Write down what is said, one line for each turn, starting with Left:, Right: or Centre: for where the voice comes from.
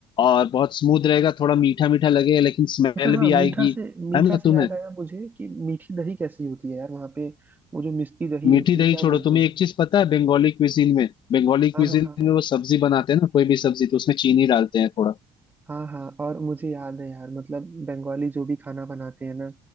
Left: और बहुत स्मूथ रहेगा थोड़ा मीठा मीठा लगेगा लेकिन स्मेल
Right: अच्छा हाँ
Left: भी
Right: मीठा
Left: आएगी
Right: से मीठा
Left: है ना
Right: से
Left: तुम्हें
Right: याद आया मुझे कि मीठी दही कैसी होती है यार वहाँ पे वो जो मिष्टी दही
Left: मीठी
Right: होती
Left: दही
Right: है क्या
Left: छोड़ो
Right: बोलते
Left: तुम्हें
Right: हैं
Left: एक चीज पता है बंगाली क्विजीन में बंगाली क्विजीन
Right: हाँ हाँ हाँ हाँ।
Left: में वो सब्जी बनाते हैं ना कोई भी सब्जी तो उसमें चीनी डालते हैं थोड़ा
Right: हाँ हाँ और मुझे याद है यार मतलब बंगाली जो भी खाना बनाते हैं ना